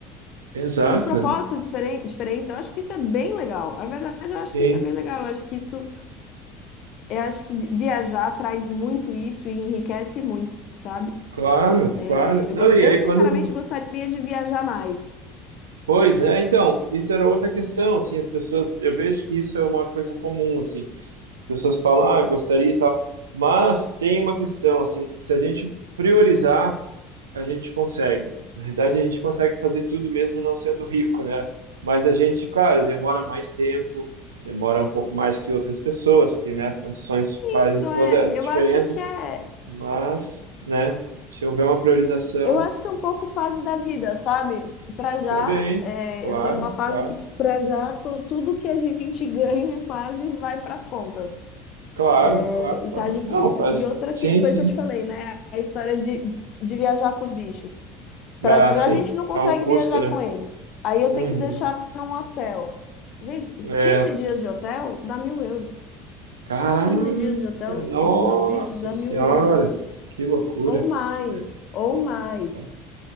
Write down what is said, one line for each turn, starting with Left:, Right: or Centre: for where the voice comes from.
Right: exato.
Left: com propósitos diferen- diferentes. Eu acho que isso é bem legal. Na verdade, eu acho
Right: Sim,
Left: que isso é bem legal. Eu acho que isso, eu acho que de- viajar traz muito isso e enriquece muito, sabe?
Right: claro, claro.
Left: É, Eu,
Right: Não,
Left: gos-
Right: e
Left: eu
Right: aí
Left: sinceramente
Right: quando
Left: gostaria de viajar mais.
Right: pois, né? Então, isso era outra questão, assim, as pessoas, eu vejo que isso é uma coisa comum, assim. pessoas falam, ah, gostaria e tal. Mas tem uma questão, assim, se a gente priorizar, a gente consegue. Na verdade, a gente consegue fazer tudo mesmo não sendo rico, né? Mas a gente, claro, demora mais tempo, demora um pouco mais que outras pessoas, porque, né, as condições fazem
Left: Isso
Right: todas
Left: é,
Right: as
Left: eu
Right: diferenças,
Left: acho que é.
Right: mas, né, se houver uma priorização,
Left: Eu acho que é um pouco fase da vida, sabe? Pra já,
Right: também,
Left: é,
Right: claro,
Left: eu tô numa fase
Right: claro,
Left: que pra já tu- tudo que a gente ganha quase vai pras contas.
Right: claro,
Left: É,
Right: claro,
Left: e
Right: claro.
Left: tá difícil.
Right: Não, faz,
Left: E outra
Right: sim,
Left: que foi
Right: sim.
Left: que eu te falei, né? A história de, de viajar com os bichos. Pra
Right: Ah,
Left: já
Right: sim,
Left: a gente não consegue
Right: dá um custo,
Left: viajar
Right: né?
Left: com eles. Aí eu
Right: Uhum.
Left: tenho que deixar num hotel. Gente,
Right: É,
Left: 15 dias de hotel dá mil euros.
Right: Caraca,
Left: 15 dias de hotel
Right: nossa
Left: com os meus bichos dá
Right: senhora,
Left: mil euros.
Right: que loucura.
Left: Ou mais,
Right: É,
Left: ou mais.
Right: tá,